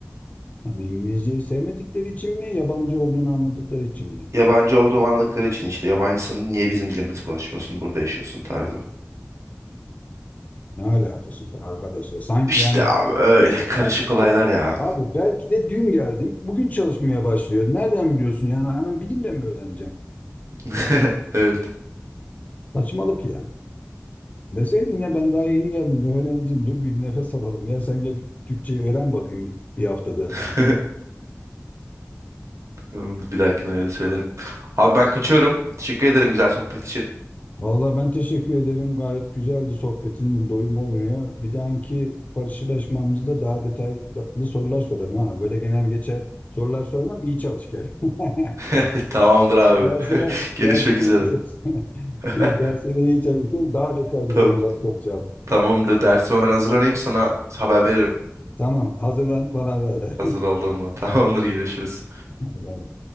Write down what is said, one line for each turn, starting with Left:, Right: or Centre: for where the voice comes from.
Left: Hani İngilizceyi sevmedikleri için mi? Yabancı olduğunu anladıkları için mi?
Right: Yabancı olduğum anladıkları için işte yabancısın niye bizim dilimizi konuşmuyorsun burada yaşıyorsun tarzı.
Left: Ne alakası var arkadaşlar? Sanki
Right: İşte
Left: yani
Right: abi öyle karışık
Left: belki
Right: olaylar
Left: de,
Right: ya.
Left: abi belki de dün geldim. Bugün çalışmaya başlıyor. Nereden biliyorsun? Yani hemen bir günde mi öğreneceğim?
Right: <laughs> Evet.
Left: Saçmalık ya. Deseydin ya ben daha yeni geldim. Öğrenciyim. Dur bir nefes alalım. Ya sen gel Türkçeyi öğren bakayım bir haftada.
Right: <laughs> Tamamdır, Bir dahakine öyle söylerim. Abi ben kaçıyorum. Teşekkür ederim güzel sohbet için.
Left: Vallahi ben teşekkür ederim. Gayet güzeldi sohbetin. Doyum olmuyor. Bir dahaki karşılaşmamızda daha detaylı sorular sorarım ha. Böyle genel geçer sorular sormam. İyi çalış gel. <laughs>
Right: <laughs> Tamamdır abi.
Left: Dersine,
Right: <laughs> Görüşmek
Left: dersine
Right: üzere.
Left: iyi çalış. <laughs>
Right: <laughs>
Left: Ee, Ben iyi çalıştım. Daha detaylı
Right: Tamam.
Left: sorular soracağım.
Right: Tamamdır. Dersime ben hazırlanayım sana haber veririm.
Left: Tamam, hazırlan bana ver.
Right: Hazır olduğumda. <laughs> Tamamdır görüşürüz.
Left: <laughs> Allah'ım.